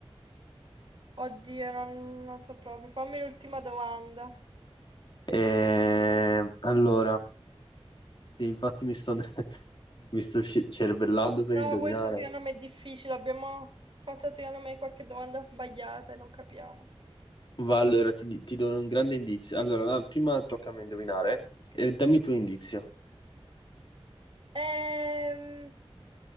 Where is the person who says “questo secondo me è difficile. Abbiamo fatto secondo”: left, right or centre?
Right